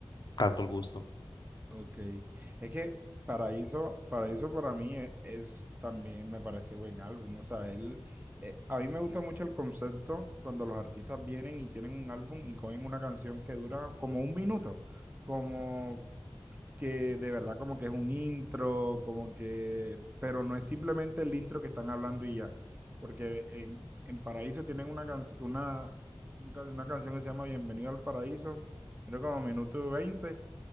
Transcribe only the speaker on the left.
tanto el gusto.